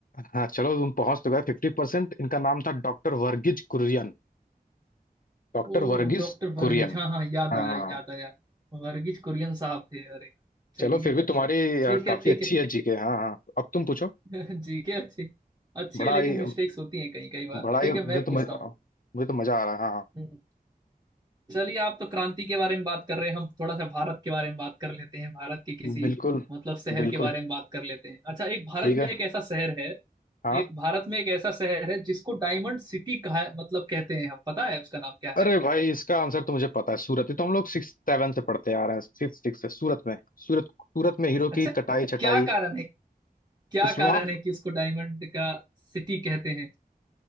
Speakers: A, on the left (about 60°); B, on the right (about 25°).
A: हाँ चलो तुम पहुंच तो गए फिफ्टी परसेंट इनका नाम था डॉक्टर वर्गीज कुरियन डॉक्टर
B: ओ
A: वर्गीज
B: डॉक्टर वर्गीज
A: कुरियन
B: हाँ हाँ याद
A: हाँ
B: आया याद आया वर्गीज कुरियन साहब थे अरे चलिए
A: चलो फिर भी तुम्हारी
B: ठीक
A: अ, काफी
B: है ठीक
A: अच्छी
B: है
A: है जीके हाँ हाँ अब तुम पूछो
B: <laughs> जीके अच्छी अच्छी
A: बड़ा
B: है लेकिन
A: ही
B: मिस्टेक्स होती हैं कई कई बार
A: बड़ा ही
B: ठीक
A: मुझे
B: है मैं
A: तो
B: पूछता
A: मजा
B: हूँ
A: मुझे तो मजा आ रहा है हाँ
B: हम्म, चलिए आप तो क्रांति के बारे में बात कर रहे हैं हम थोड़ा सा भारत के बारे में बात कर लेते हैं भारत के किसी
A: हाँ बिल्कुल
B: मतलब शहर
A: बिल्कुल
B: के बारे में बात कर लेते हैं अच्छा एक भारत
A: ठीक
B: में
A: है
B: एक ऐसा शहर है
A: हाँ
B: एक भारत में एक ऐसा शहर है जिसको डायमंड सिटी कहा मतलब कहते हैं हम पता है उसका नाम क्या
A: अरे
B: है
A: भाई इसका आंसर तो मुझे पता है सूरत ये तो हम लोग सिक्स सेवन से पढ़ते आ रहे हैं फिफ्थ सिक्स से सूरत में सूरत सूरत में हीरो
B: अच्छा
A: की
B: क्या
A: कटाई छटाई
B: कारण है क्या
A: उस वहां
B: कारण है कि उसको डायमंड का सिटी कहते हैं